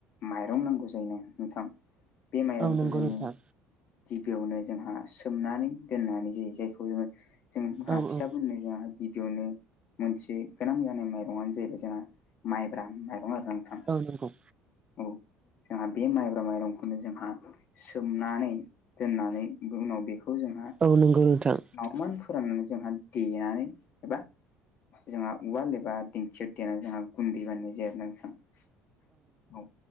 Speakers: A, on the left; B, on the right.
A: माइरं नांगौ जायोना नोंथां। बे माइरंखौ
B: औ नंगौ
A: जोङो
B: नोंथां
A: गिबियावनो जोंहा सोमनानै दोननानै जायो जायखौ जोङो जों हा
B: औ
A: फिथा
B: औ
A: बनायनो जोहा गिबियावनो मोनसे गोनां जानाय माइरंआनो जाहैबाय जोंहा माइब्रा माइरं आरो। नोंथां
B: औ नंगौ।
A: औ जोंहा बे माइब्रा माइरंखौनो जोंहा सोमनानै दोननानै उनाव बेखौ जों
B: औ नोंगौ नोंथां।
A: नावमान फोराननानै जोंहा देनानै एबा जोंहा उवाल एबा दिंखियाव देना जोंहा गुन्दै बानायनाय जायो आरोना नोंथां औ।